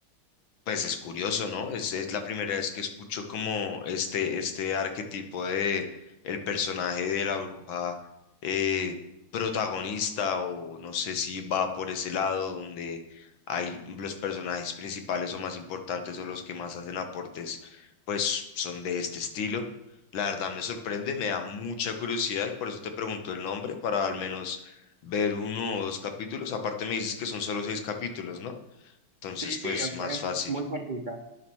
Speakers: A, on the left; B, on the right.
A: pues es curioso, ¿no? Es, es la primera vez que escucho como este, este arquetipo de el personaje de la bruja eh, protagonista o no sé si va por ese lado donde hay los personajes principales o más importantes o los que más hacen aportes, pues son de este estilo. La verdad me sorprende, me da mucha curiosidad y por eso te pregunto el nombre para al menos ver uno o dos capítulos. Aparte me dices que son solo seis capítulos, ¿no? Entonces,
B: Sí, sí,
A: pues
B: es,
A: más
B: es
A: fácil.
B: muy cortita.